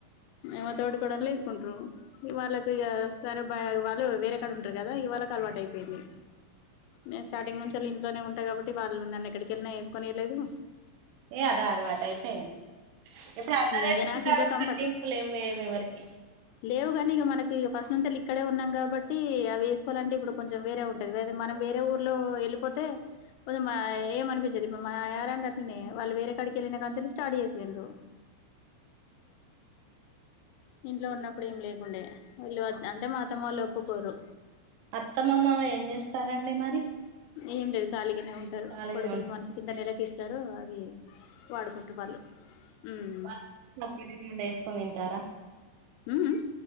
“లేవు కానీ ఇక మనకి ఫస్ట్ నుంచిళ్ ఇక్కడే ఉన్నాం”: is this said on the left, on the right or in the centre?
Left